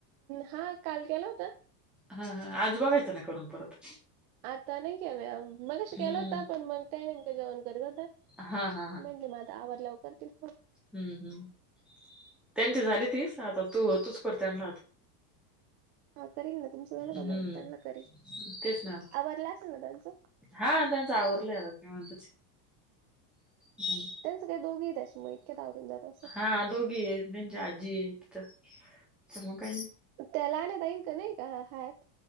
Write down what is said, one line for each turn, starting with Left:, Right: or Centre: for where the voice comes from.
Right: हा काल केला होता.
Centre: हा हा आज बघायचं ना करून परत.
Right: आता नाही केलाय म मगाशी केला
Centre: हम्म
Right: होता पण मंग त्या नेमकं जेवन करत होत्या
Centre: हा हा हा
Right: म्हणलं म आता आवरल्यावर करतील फोन.
Centre: हम्म हम्म. त्यांचे झाले तीस आता तू होतूच कर त्यांना आता.
Right: हा करील ना तुमचं झालं का
Centre: हम्म
Right: मंग त्यांना करील
Centre: तेच ना
Right: आवरलं आसेल ना त्यांचं.
Centre: हा त्यांच आवरलय. <unintelligible> हम्म.
Right: त्यांचं काही दोघंही त्याच्यामुळे इतक्यात आवरून जात असं
Centre: हा दोघी आहे आजी आहे त्यांचं आजी आहे. <unintelligible> तर मंग काय
Right: त्याला नाय <unintelligible> नाही का आहात?